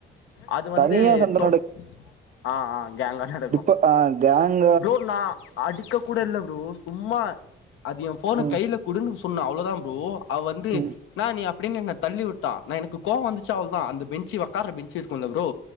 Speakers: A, on the left; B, on the right.
A: அது வந்து
B: தனியா சண்டை
A: தொட் ஆ ஆ கேங்கா நட
B: இப்ப பா கேங்
A: ப்ரோ நான் அடிக்க கூட இல்ல ப்ரோ சும்மா அது என் போனு
B: ம்,
A: கையில குடுன்னு சொன்னா அவ்ளோதான் ப்ரோ அவ வந்து
B: ம்,
A: நான் நீ அப்டின்னு என்ன தள்ளி விட்டா நான் எனக்கு கோவம் வந்துச்ச அவள்தான் அந்த பெஞ்சு உக்காரற பெஞ்ச இருக்கும்ல ப்ரோ